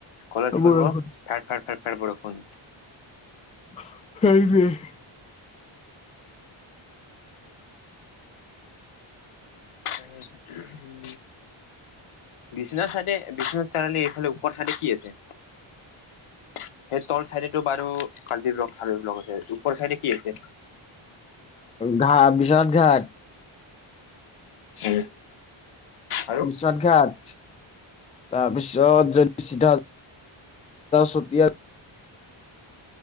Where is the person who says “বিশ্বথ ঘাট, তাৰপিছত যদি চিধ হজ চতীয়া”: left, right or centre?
Left